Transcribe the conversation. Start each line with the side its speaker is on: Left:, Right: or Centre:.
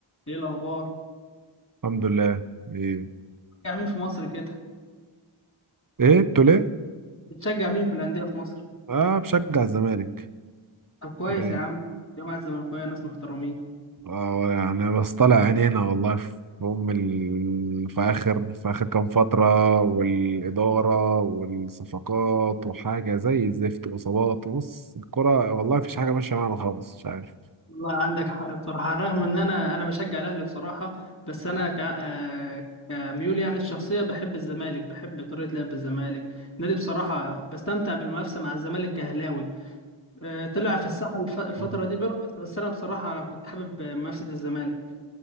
Left: ايه الاخبار
Right: الحمد لله ايه
Left: بتشجع مين في مصر كده
Right: ايه بتقول ايه
Left: بتشجع مين في الانديه في مصر
Right: اه بشجع الزمالك
Left: طب كويس
Right: ايه
Left: يا عم الجامعه الزمالكاويه ناس محترمين
Right: اه يعني بس طالع عينينا والله في ام ال... في اخر في اخر كام فتره والاداره والصفقات وحاجه زي الزفت واصابات بص الكره والله مفيش حاجه ماشيه معانا خالص مش عارف
Left: والله عندك حق بصراحه على الرغم ان انا انا بشجع الاهلي بصراحه بس انا ك... آه، كميولي يعني الشخصيه بحب الزمالك بحب طريقه لعب الزمالك النادي بصراحه بستمتع بالمنافسه مع الزمالك كهلاوي آه، طلع في الساحه الف... الفتره
Right: بس
Left: دي بيراميدز بس انا بصراحه كنت حابب منافسه الزمالك